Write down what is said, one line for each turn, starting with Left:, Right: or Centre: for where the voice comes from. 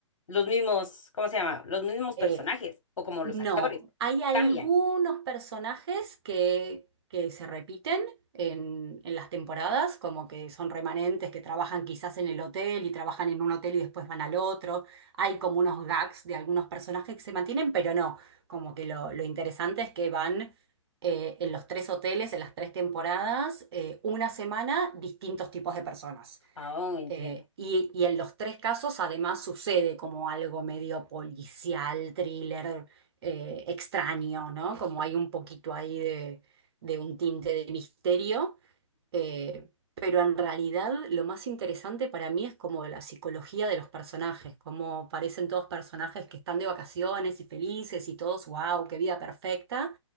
Left: los mismos, ¿cómo se llama? Los mismos
Right: Eh,
Left: personajes o como
Right: No,
Left: los actores.
Right: hay algunos
Left: Cambian.
Right: personajes que, que se repiten en, en las temporadas, como que son remanentes, que trabajan quizás en el hotel y trabajan en un hotel y después van al otro. Hay como unos gags de algunos personajes que se mantienen, pero no, como que lo, lo interesante es que van eh, en los tres hoteles, en las tres temporadas, eh, una semana, distintos tipos de personas.
Left: Ah, Oh, entiendo.
Right: Eh, y, y en los tres casos además sucede como algo medio policial, thriller, eh, extraño, ¿no? Como hay un poquito ahí de, de un tinte de misterio. Eh, pero en realidad lo más interesante para mí es como la psicología de los personajes, como parecen todos personajes que están de vacaciones y felices y todos, wow, qué vida perfecta,